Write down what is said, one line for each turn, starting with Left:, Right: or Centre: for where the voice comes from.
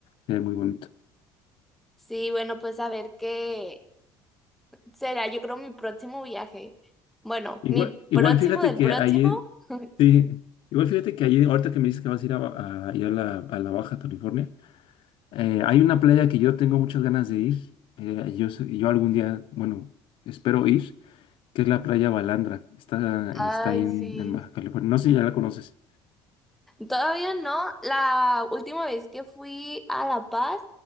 Left: se ve muy bonito.
Centre: Sí, bueno, pues a ver qué será, yo creo mi próximo viaje. Bueno,
Left: Igual,
Centre: mi
Left: igual
Centre: próximo
Left: fíjate
Centre: del
Left: que
Centre: próximo.
Left: ayer,
Centre: <laughs>
Left: sí, igual fíjate que ayer, ahorita que me dices que vas a ir a, Ba- a- ir a la, a la Baja California, eh, hay una playa que yo tengo muchas ganas de ir. eh, yo, sé- yo algún día, bueno, espero ir, que es la playa Balandra. Está,
Centre: Ay,
Left: está ahí en,
Centre: sí.
Left: en Baja California. No sé si ya la conoces.
Centre: Todavía no. La última vez que fui a La Paz